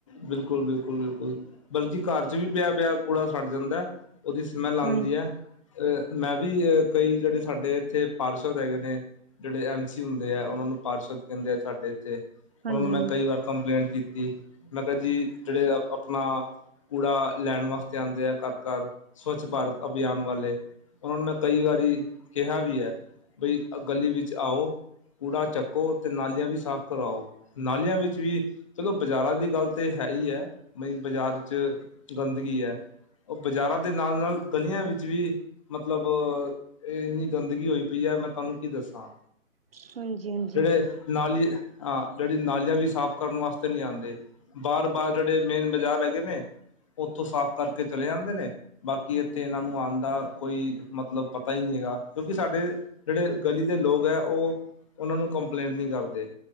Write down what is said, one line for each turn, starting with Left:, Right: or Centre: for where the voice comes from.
Left: ਬਿਲਕੁਲ, ਬਿਲਕੁਲ, ਬਿਲਕੁਲ ਬਲਕਿ ਘਰ ਚ ਵੀ ਪਿਆ-ਪਿਆ ਕੂੜਾ ਸੜ ਜਾਂਦਾ। ਓਦੀ ਸਮੈਲ ਆਂਦੀ
Right: ਹਾਂਜੀ
Left: ਐ। ਅ ਮੈਂ ਵੀ ਅ ਕਈ ਜੇੜੇ ਸਾਡੇ ਇੱਥੇ ਪਾਰਸ਼ਲ ਰੈਗੇ ਨੇ। ਜੇੜੇ ਐਮ ਸੀ ਹੁੰਦੇ ਆ ਓਨਾਂ ਨੂੰ ਪਾਰਿਸ਼ਦ ਕੈਦੇ ਆ ਸਾਡੇ ਐਥੇ
Right: ਹਾਂਜੀ
Left: ਓਨਾਂ ਨੂੰ ਮੈਂ ਕਈ ਵਾਰ ਕੰਪਲੇਂਟ ਕੀਤੀ ਮੈਂ ਕਿਹਾ ਜੀ ਜੇੜੇ ਅ ਆਪਣਾ ਕੂੜਾ ਲੈਣ ਵਾਸਤੇ ਆਂਦੇ ਆ ਘਰ-ਘਰ ਸਵੱਛ ਭਾਰਤ ਅਭਿਆਨ ਵਾਲੇ ਓਨਾ ਨੂੰ ਮੈਂ ਕਈ ਵਾਰੀ ਕਿਹਾ ਵੀ ਹੈ ਬਈ ਆ ਗਲੀ ਵਿੱਚ ਆਓ। ਕੂੜਾ ਚੱਕੋ ਤੇ ਨਾਲੀਆਂ ਵੀ ਸਾਫ਼ ਕਰਾਓ ਨਾਲੀਆਂ ਵਿੱਚ ਵੀ ਚਲੋ ਬਾਜ਼ਾਰਾਂ ਦੀ ਗੱਲ ਤੇ ਹੈ ਹੀ ਹੈ ਬਈ ਬਾਜ਼ਾਰ ਚ ਗੰਦਗੀ ਹੈ ਉਹ ਬਾਜ਼ਾਰਾਂ ਦੇ ਨਾਲ ਨਾਲ ਗਲੀਆਂ ਵਿੱਚ ਵੀ ਮਤਲਬ ਏਨੀ ਗੰਦਗੀ ਹੋਈ ਪਈ ਐ ਮੈਂ ਤਾਨੂੰ ਕੀ ਦੱਸਾਂ।
Right: ਹਾਂਜੀ ਹਾਂਜੀ
Left: ਜੜੇ ਨਾਲੀ ਹਾਂ ਜੇੜੀ ਨਾਲੀਆਂ ਵੀ ਸਾਫ਼ ਕਰਨ ਵਾਸਤੇ ਨੀ ਆਂਦੇ। ਬਾਰ-ਬਾਰ ਜੇੜੇ ਮੇਨ ਬਾਜ਼ਾਰ ਹੈਗੇ ਨੇ ਉੱਥੋਂ ਸਾਫ਼ ਕਰਕੇ ਚਲੇ ਜਾਂਦੇ ਨੇ ਬਾਕੀ ਐਥੇ ਏਨਾਂ ਨੂੰ ਆਣ ਦਾ ਕੋਈ ਮਤਲਬ ਪਤਾ ਈ ਨੀ ਹੈਗਾ। ਕਿਉਂਕਿ ਸਾਡੇ ਜੇੜੇ ਗਲੀ ਦੇ ਲੋਕ ਐ ਓ ਓਨਾਂ ਨੂੰ ਕੰਪਲੇਂਟ ਨੀ ਕਰਦੇ